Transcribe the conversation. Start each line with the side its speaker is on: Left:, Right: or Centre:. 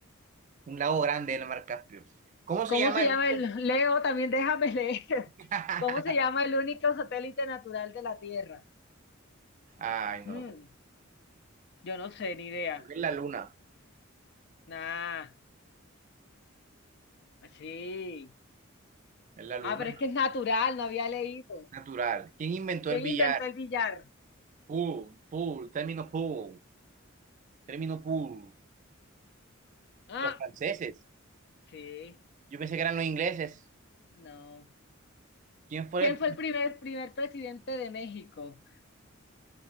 Right: Un lago grande en el mar Caspio. ¿Cómo
Left: ¿Cómo
Right: se llama
Left: se
Right: el
Left: llama
Right: rico?
Left: el... Leo, también déjame leer.
Right: <laughs>
Left: <laughs> ¿Cómo se llama el único satélite natural de la Tierra?
Right: Ay, no.
Left: Mm, yo no sé, ni idea.
Right: Creo que es la luna.
Left: Nah, así.
Right: Es la luna
Left: Ah, pero es que es natural, no había leído.
Right: natural. ¿Quién inventó
Left: ¿Quién
Right: el billar?
Left: inventó el billar?
Right: Pool, pool, término pool, término pool.
Left: Ah,
Right: Los franceses.
Left: sí,
Right: Yo pensé que eran los ingleses.
Left: no.
Right: ¿Quién fue
Left: ¿Quién
Right: el...
Left: fue el primer, primer presidente de México?